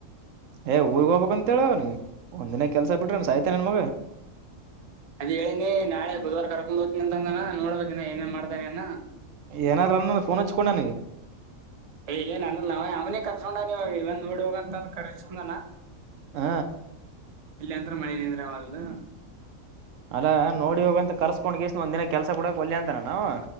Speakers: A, on the right; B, on the right.
A: ಏ ಊರಿಗ್ ಹೋಗ್ಬೇಕಂತ ಹೇಳವನಿಗೆ ಒಂದಿನ ಕೆಲ್ಸ ಬಿಟ್ರೆ ಸಾಯ್ತನೆನ ಮಗಾ.
B: ಅದ ಹೇಳಿನಿ ನಾಳೆ ಬುಧವಾರ ಕರ್ಕೊಂಡ್ ಹೋಗ್ತನಿ ಅಂದಾನ ನೋಡ್ಬೇಕಿನ ಏನ್ ಏನ್ ಮಾಡ್ತಾನ ಏನ.
A: ಏನಾರ ಅಂನನ್ನ ಫೋನ್ ಹಚ್ಕೊಂಡ ನನಗೆ.
B: ಏ ಏನ್ ಅನಲ್ಲ ಅವ ಅವನೇ ಕರ್ಸ್ಕೊಂಡ ನೀಲ್ಲಿ ಬಂದ ನೋಡಿ. ನೋಡಿ ಹೋಗಂತಂದ ಕರ್ಸಕೊಂಡಾನ
A: ಹ
B: ಇಲ್ಲ ಅಂದ್ರ ಮಳಿ ನಿಂದ್ರ ವಲ್ದು.
A: ಅಣ್ಣಾ ನೋಡಿ ಹೋಗ ಅಂತ ಕರ್ಸ್ಕೊಂಡ ಗಿಸ್ ಒಂದ ದಿನಾ ಕೆಲಸ ಬಿಡೋಕ್ಕ ಒಲ್ಲಾ ಅಂತಾನ ನವಾ